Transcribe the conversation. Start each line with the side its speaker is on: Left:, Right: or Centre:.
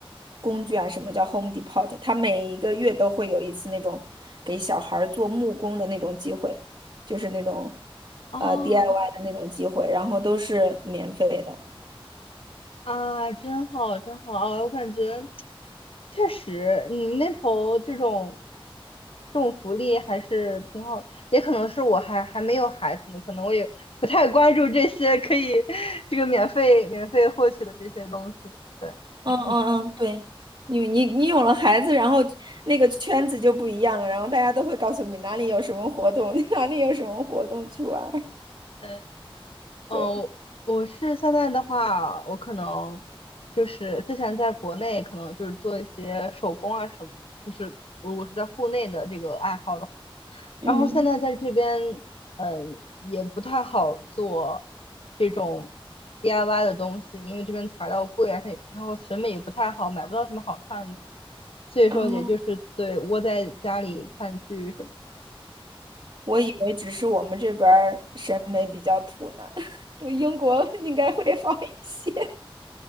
Right: 工具啊，什么叫 Home Depot，它每一个月都会有一次那种给小孩儿做木工的那种机会，就是那种。
Left: 哦
Right: 呃 DIY 的那种机会，然后都是免费的。
Left: 啊，真好，真好！啊我感觉确实，你们那头这种这种福利还是挺好的，也可能是我还还没有孩子呢，可能我也不太关注这些可以 <laughs> 这个免费免费获取的这些东西。对，
Right: 嗯嗯嗯，
Left: <laughs>
Right: 对，你你你有了孩子，然后那个圈子就不一样了，然后大家都会告诉你哪里有什么活动，<laughs> 哪里有什么活动去玩儿。
Left: <clears throat> 对。嗯，
Right: 对，
Left: 我是现在的话，我可能就是之前在国内可能就是做一些手工啊什么的，就是如果是在户内的这个爱好的话
Right: 嗯，
Left: 然后现在在这边，嗯，也不太好做这种 DIY 的东西，因为这边材料贵啊，它然后审美也不太好，买不到什么好看的，所以说也就是对窝在家里看剧什么。
Right: 哦，我以为只是我们这边儿审美比较土呢，<laughs> 英国应该会好一些。<laughs>